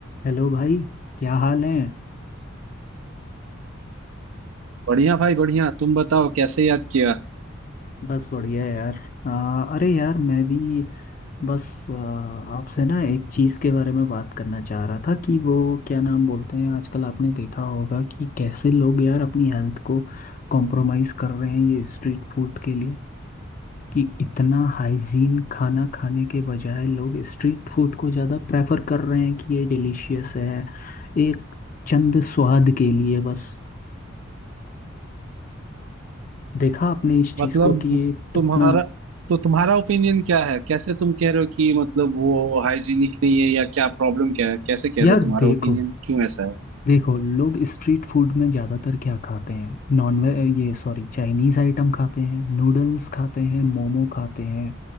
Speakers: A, on the left; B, on the right.
A: Hello भाई क्या हाल है
B: बढ़िया भाई बढ़िया तुम बताओ कैसे याद किया
A: बस बढ़िया है यार आ, अरे यार मैं भी बस आ, आपसे ना एक चीज़ के बारे में बात करना चाह रहा था कि वो क्या नाम बोलते हैं आजकल आपने देखा होगा कि कैसे लोग यार अपनी हेल्थ को कॉम्प्रोमाइज़ कर रहे हैं ये स्ट्रीट फूड के लिए कि इतना हाइजीन खाना खाने के बजाय लोग स्ट्रीट फूड को ज़्यादा प्रेफर कर रहे हैं कि ये डिलीशियस है एक चंद स्वाद के लिए बस देखा आपने इस चीज़
B: मतलब
A: को कि ये
B: तुम्हारा
A: कितना
B: तो तुम्हारा ओपिनियन क्या है कैसे तुम कह रहे हो कि मतलब वो हाइजीनिक नहीं है या क्या प्रॉब्लम क्या है कैसे कह
A: यार
B: रहे हो तुम्हारा
A: देखो
B: ओपिनियन क्यों ऐसा है
A: देखो लोग स्ट्रीट फूड में ज़्यादातर क्या खाते हैं नॉनवेज ये सॉरी चाइनीज़ आइटम खाते हैं नूडल्स खाते हैं मोमो खाते हैं